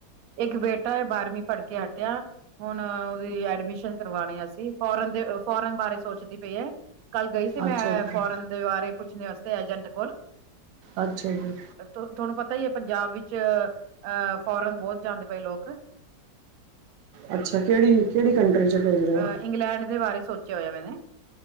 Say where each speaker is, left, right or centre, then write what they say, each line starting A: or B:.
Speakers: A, on the right; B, on the right.
A: ਏਕ ਬੇਟਾ ਬਾਰਵੀਂ ਪੜ੍ਹਕੇ ਹਟਿਆ ਹੁਣ ਉਹਦੀ ਐਡਮਿਸ਼ਨ ਕਰਵਾਨੀ ਐ ਅਸੀ ਫੋਰਨ ਦੇ ਫੋਰਨ ਬਾਰੇ ਸੋਚਦੀ ਪਈ ਐ ਕੱਲ ਗਈ ਸੀ
B: ਅੱਛਾ
A: ਮੈਂ
B: ਜੀ
A: ਫੋਰਨ ਦੇ ਬਾਰੇ ਪੁੱਛਣ ਆਸਤੇ ਏਜੰਟ ਕੋਲ।
B: ਅੱਛਾ ਜੀ।
A: ਤੁਹਾਨੂੰ ਪਤਾ ਹੀ ਐ ਪੰਜਾਬ ਵਿੱਚ ਅਹ ਫੋਰਨ ਬੋਤ ਜਾਂਦੇ ਪਏ ਲੋਕ।
B: ਅੱਛਾ ਕੇੜੀ-ਕੇੜੀ ਕੰਟਰੀ? 'ਚ ਭੇਜ ਰਹੇ ਹੋ
A: ਅ ਇੰਗਲੈਂਡ ਦੇ ਬਾਰੇ ਸੋਚਿਆ ਹੋਇਆ ਮੈਨੇ।